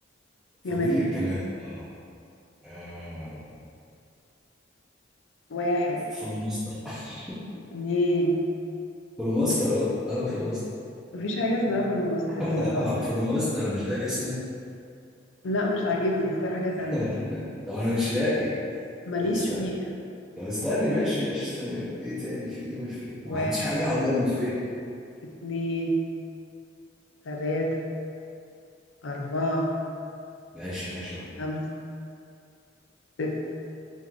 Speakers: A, in the centre; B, on the left (about 75°).
A: فاضل
B: جماد
A: لي الجماد اه آه،
B: واحد
A: فلوماستر <laughs>
B: اتنين
A: فلوماستر اه انا فلوماستر
B: مفيش حاجة اسمها فول وماستر
A: <laughs>
B: كده لوحدها
A: فلوماستر مش ده اسمه
B: لا مش عاجبني اختار حاجة تانية
A: <laughs> طب انا مش لاقي
B: ماليش
A: طب استنى
B: فيه
A: طب استنى ماشي ماشي استنى ايه تاني في ايه بالفه
B: واحد
A: ما عنديش حاجه حواليها بالفه
B: اتنين تلاتة أربعة
A: ماشي ماشي اهو
B: خمسة ستة